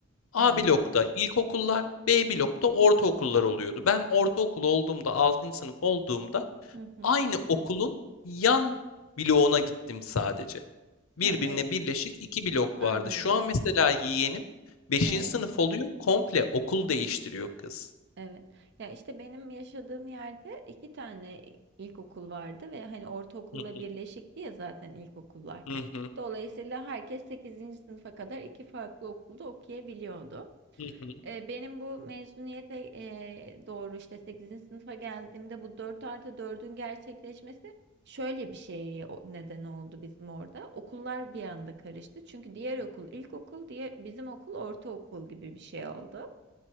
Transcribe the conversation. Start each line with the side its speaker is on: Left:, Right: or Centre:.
Left: A
Right: Evet.
Left: blokta ilkokullar, B blokta ortaokullar oluyordu. Ben ortaokul olduğumda, 6. sınıf olduğumda
Right: Hı hı.
Left: Aynı okulun yan bloğuna gittim sadece. Birbirine
Right: Ha, evet.
Left: birleşik iki blok
Right: Anladım.
Left: vardı. Şu an mesela yeğenim beşinci
Right: Evet.
Left: sınıf oluyor, komple okul değiştiriyor kız.
Right: Evet. Ya işte benim yaşadığım yerde iki tane ilkokul vardı ve hani ortaokulla
Left: Hı hı,
Right: birleşikti ya zaten ilkokullar.
Left: hı hı,
Right: Dolayısıyla herkes sekizinci sınıfa kadar iki farklı okulda okuyabiliyordu.
Left: hı hı.
Right: Ee, benim bu mezuniyete e, doğru işte sekizinci sınıfa geldiğimde bu 4 artı dördün gerçekleşmesi şöyle bir şey o- neden oldu bizim orada. Okullar bir anda karıştı. Çünkü diğer okul ilkokul, diye bizim okul ortaokul gibi bir şey oldu.